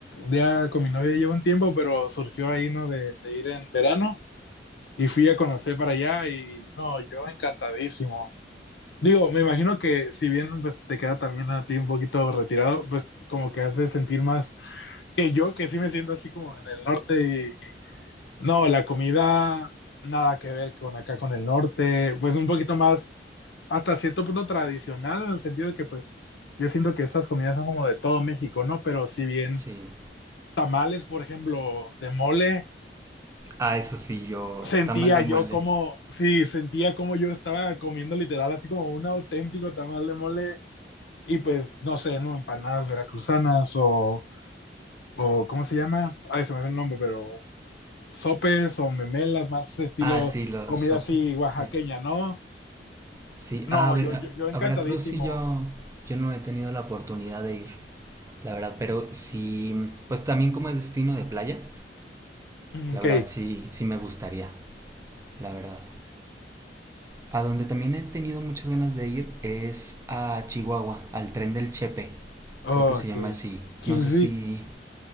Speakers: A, on the left; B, on the right.
A: ya con mi novia llevo un tiempo, pero surgió ahí, ¿no? De, de ir en verano y fui a conocer para allá y, no, yo encantadísimo. Digo, me imagino que si bien pues, te queda también a ti un poquito retirado, pues como que hace sentir más que yo, que sí me siento así como en el norte No, la comida nada que ver con acá, con el norte, pues un poquito más, hasta cierto punto tradicional, en el sentido de que pues yo siento que estas comidas son como de todo México, ¿no? Pero si bien
B: Sí.
A: tamales, por ejemplo, de mole,
B: Ah, eso sí, yo,
A: sentía
B: tamal de mole.
A: yo como, sí, sentía como yo estaba comiendo literal así como un auténtico tamal de mole y pues, no sé, ¿no? Empanadas veracruzanas o, o ¿cómo se llama? Ay, se me fue el nombre, pero sopes o memelas más estilo
B: Ah, sí, los
A: comida
B: sopes,
A: así oaxaqueña,
B: sí.
A: ¿no?
B: Sí,
A: No,
B: a, ver,
A: yo, yo,
B: a,
A: yo encantadísimo.
B: a Veracruz sí yo, yo no he tenido la oportunidad de ir, la verdad, pero sí, pues también como es destino de playa,
A: Mm,
B: la
A: Ok,
B: verdad sí, sí me gustaría, la verdad. A donde también he tenido muchas ganas de ir es a Chihuahua, al tren del Chepe,
A: oh,
B: creo que se
A: ok.
B: llama así,
A: Sí,
B: no
A: sí,
B: sé
A: sí.
B: si